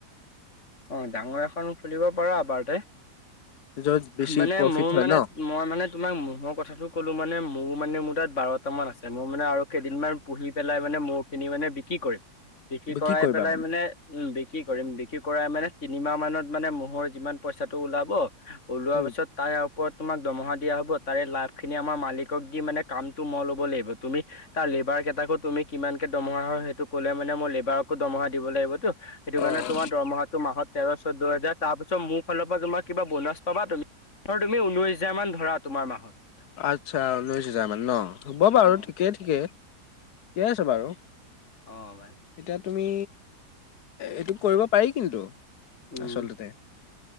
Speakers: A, on the left; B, on the left.
A: অহ ডাঙৰ এখন খোলিব পাৰা আবাৰতে
B: য'ত বেছি
A: মানে
B: প্ৰফিট
A: মোৰ
B: হয়
A: মানে
B: ন
A: মই মানে তোমাক টো ক'লো মানে মোৰ মানে মোৰ তাত বাৰটা মান আছে। মই মানে আৰু কেইদিনমান পুহি পেলাই মানে মৌ খিনি মানে বিক্ৰী কৰিম। বিক্ৰী কৰাই
B: কি কৰিবা
A: পেলাই মানে উম বিক্ৰী কৰিম বিক্ৰী কৰাই মানে তিনিমাহ মানত মানে মহৰ যিমান পইচাটো ওলাব ওলোৱা
B: উম
A: পাছত তাই ওপৰত তোমাক দৰমহা দিয়া হ'ব। তাৰে লাভ খিনি আমাৰ মালিকক দি মানে কামটো ম‌ই ল'ব লাগিব, তুমি তাৰ লেবাৰ কেইটাকো তুমি কিমান দৰমহা হয় সেইটো ক'লে মানে মোৰ লেবাৰকো দৰমহা দিব লাগিবতো। সেইটো কাৰণে
B: অ'
A: তোমাৰ দৰমহাটো মাহত তেৰ চৈধ্য দুহেজাৰ তাৰপিছত মোৰ ফালৰ পৰা তোমাৰ কিবা বোনাছ পাবা তুমি, ধৰ তুমি ঊনৈছ হেজাৰমান ধৰা তোমাৰ মাহত
B: আচ্ছা উনৈশ হেজাৰ মান ন, হ'ব বাৰু
A: অ',
B: ঠিকেই ঠিকে। ঠিকেই আছে বাৰু
A: অ', বাই
B: এতিয়া তুমি এইটো কৰিব পাৰি কিন্তু,
A: উম,
B: আচলতে